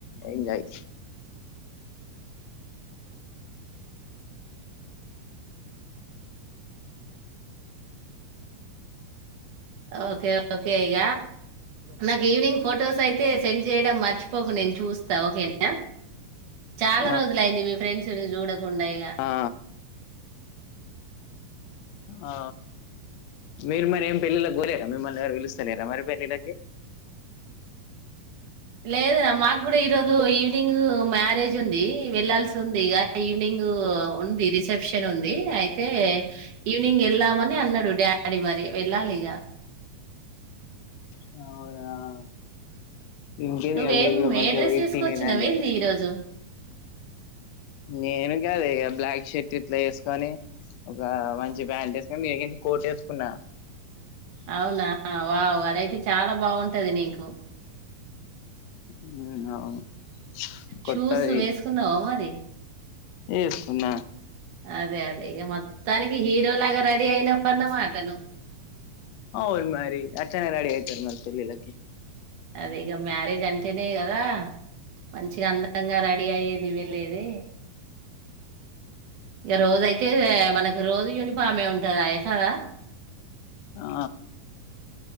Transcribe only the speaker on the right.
ఓకేకే ఇ నాకు ఈవినింగ్ ఫొటోస్ అయితే సెండ్ చేయడం మర్చిపోకు నేను చూస్తా ఓకేనా చాలా
రోజులయింది మీ ఫ్రెండ్స్ చూడ ఉండయిగా
లేదు ర మాకు కూడా ఈరోజు ఈవినింగ్ మ్యారేజ్ ఉంది వెళ్లాాల్సి ఉంది ఇక ఈవినింగ్ ఉంది రిసెప్షన్ ఉంది అయితే ఈవినింగ్ వెళ్దాము అన్నాడు డాడీ మరి వెళ్ళాలి ఇక
నువ్వేం
ఏ డ్రెస్
వేసుకొచ్చినవేంది
ఈరోజు
అవునా వావ్ అదైతే చాలా బాగుంటది నీకు
షూస్ వేసుకున్నావా మరి
అదే అదే ఇగ మొత్తానికి హీరో లాగా రెడీ అయినవన్నమాట నువ్వు
అదే ఇక మ్యారేజ్ అంటేనే కదా మంచిగా అందంగా రెడీ అయ్యేది వెళ్ళేది ఇక రోజ అయితే మనకి రోజు యూనిఫామే ఉంటదాయే కదా